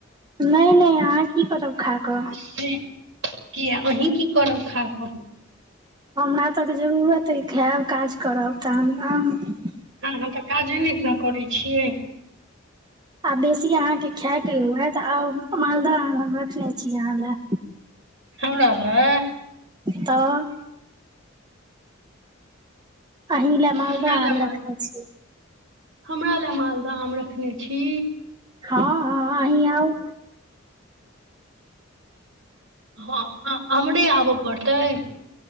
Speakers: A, on the right; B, on the right.
A: नै नै अहाँ की करब खा कऽ
B: से किया अहीं की करब खाक
A: हमरा तक जरूरत अइ खयब काज करब तहन आब
B: हँ हँम् तऽ काजे नै न करै छियै
A: आ बेसी अहाँके खायके हुए तऽ आउ मालदह आम हम रखने छी अहाँ ले
B: हमरा मे
A: तऽ अहीं लए मालदह
B: हमरा
A: आम
B: लए माल
A: रखने छी
B: हमरा लए मालदह आम रखने छी
A: हँ हँ ही आउ
B: हँ हमरे आबऽ पड़तै